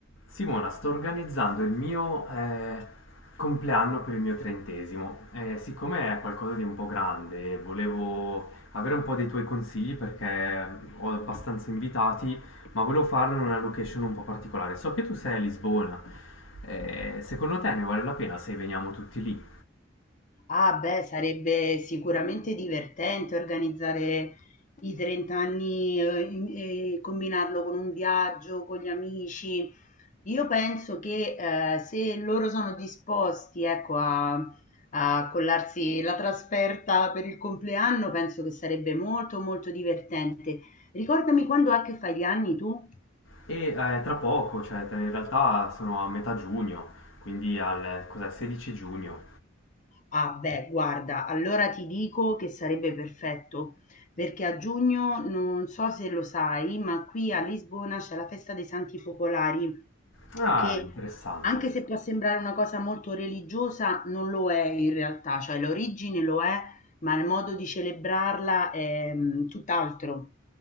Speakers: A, on the left; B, on the left.
A: Simona, sto organizzando il mio eh, compleanno per il mio trentesimo. Eh, siccome è qualcosa di un po' grande, volevo avere un po' dei tuoi consigli perché ho abbastanza invitati, ma volevo farlo in una location un po' particolare. So che tu sei a Lisbona. Eh, secondo te ne vale la pena se veniamo tutti lì?
B: Ah, beh, sarebbe sicuramente divertente organizzare i 30 anni eh, in- e combinarlo con un viaggio, con gli amici. Io penso che eh, se loro sono disposti, ecco, a, a collarsi la trasferta per il compleanno, penso che sarebbe molto, molto divertente. Ricordami quando è che fai gli anni tu?
A: E eh, tra poco, cioè in realtà sono a metà giugno, quindi al cos'è, 16 giugno.
B: Ah beh, guarda, allora ti dico che sarebbe perfetto, perché a giugno non so se lo sai, ma qui a Lisbona c'è la festa dei Santi Popolari
A: Ah,
B: che
A: interessante.
B: anche se può sembrare una cosa molto religiosa, non lo è in realtà, cioè l'origine lo è, ma il modo di celebrarla è mh, tutt'altro.